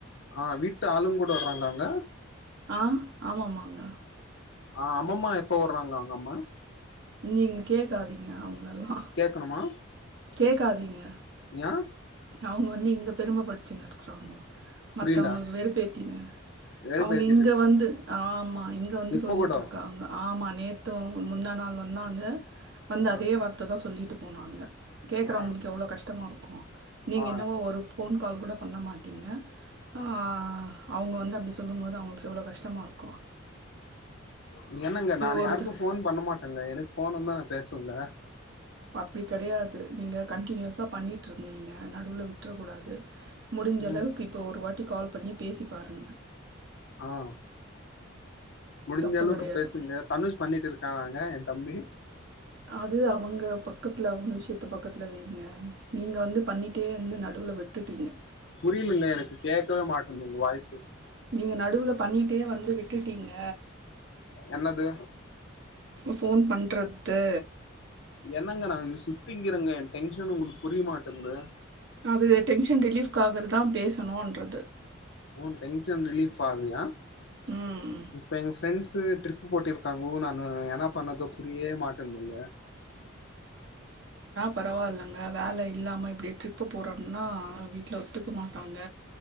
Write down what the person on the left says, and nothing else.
ஆ வீட்டு ஆளுங் கூட வர்றாங்காலாங்க
ஆ அம்மம்மா எப்போ வர்றாங்க அங்க அம்மா
கேக்கணுமா
ஏ
புரில
வெறுப்பேத்திட்டு
இப்ப
கூட
ஆ
ஆ
ஆ
இல்லனா இங்க நானு
யாருக்கு
போன் பண்ண மாட்டேங்க எனக்கு போன் வந்தா பேசுங்க
ம்
ஆ முடிஞ்ச
அளவுக்கு
பேசுங்க தனுஷ் பண்ணிட்டு இருக்கானாங்க தம்பி
புரியலங்க எனக்கு கேட்கவே மாட்டேன்து உங்க வாய்ஸு
என்னது
என்னங்க நா இங் சுத்திங்கிறங்க என் டென்ஷன் உங்ளுக்கு புரியமாட்டுன்து
ஊன் டென்ஷன் ரிலீஃப் ஆகுலியா
இப்ப எங்க ஃப் ஃப்ரெண்ட்ஸு ட்ரிப்பு போட்டிருக்காங்கு நானு என்ன பண்ணது புரியவே மாட்டன்துங்க